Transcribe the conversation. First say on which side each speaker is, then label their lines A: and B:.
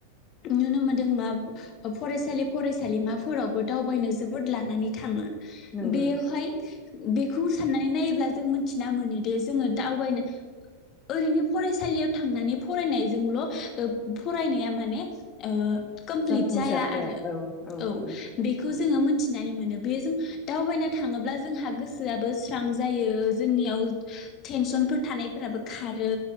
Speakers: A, on the left; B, on the left.
A: नुनो मोनदों मा फरायसालि फरायसालिमाफोरावबो दावबायनो जोबोद लानानै थाङो।
B: नंगौ
A: बेयोहाय
B: नोंथां
A: बेखौ साननानै नायोब्ला जों मिथिना मोनोदि जोङो दावबायनो ओरैनो फरायसालियाव थांनानै फरायनायजोंल' ओ फरायनाया माने ओ कमप्लिट
B: जाफुंसार
A: जाया आरो
B: औ
A: औ
B: नंगौ
A: बेखौ
B: उम
A: जोङो मिथिनानै मोन बे जों दावबायना थाङोब्ला जों जोंहा गोसोआबो स्रां जायो जोंनियाव टेनसनफोर थानायफोराबो खारो